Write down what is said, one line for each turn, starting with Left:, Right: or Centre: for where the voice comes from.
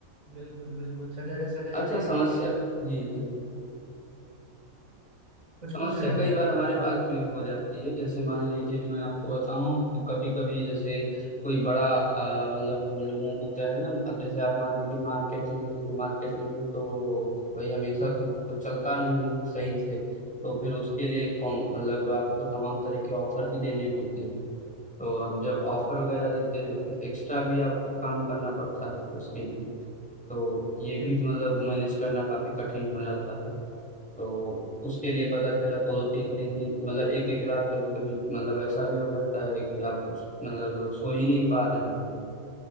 Right: बिल्कुल बिल्कुल सैटरडे संडे
Centre: अच्छा
Right: छुट्टी नहीं
Centre: समस्या
Right: मिलेगी
Centre: जी जी
Right: कुछ
Centre: समस्या
Right: पूछ रहे थे
Centre: कई
Right: आप
Centre: बार हमारे पास भी हो जाती है जैसे मान लीजिए मैं आपको बताऊं कभी कभी जैसे कोई बड़ा अ, मतलब हम लोगों को क्या है ना अब जैसे आप मान लीजिए मार्केट में हैं तो मार्केट में हैं तो भाई हमेशा तो सब कुछ चलता नहीं है सही से तो फिर उसके लिए कॉम मतलब आपको तमाम तरह के ऑफर भी देने होते हैं तो अब जब ऑफर वगैरह देते हैं तो फिर एक्स्ट्रा भी आपको काम करना पड़ता है उसके लिए तो ये
Right: जी
Centre: भी
Right: जी
Centre: मतलब मैनेज करना काफी कठिन हो जाता है तो उसके लिए पता चला दो दो तीन तीन दिन मतलब एक एक रात कभी कभी मतलब ऐसा भी हो जाता है कि आप मतलब सो ही नहीं पा रहे हैं